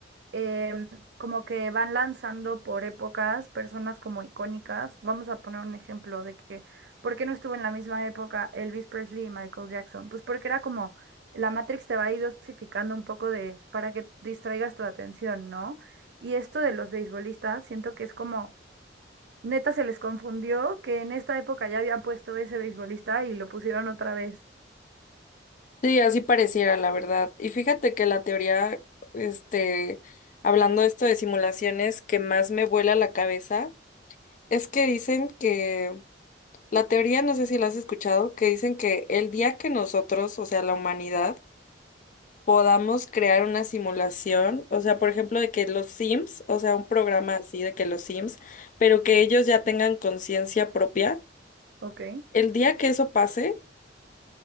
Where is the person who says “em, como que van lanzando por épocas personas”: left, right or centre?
Right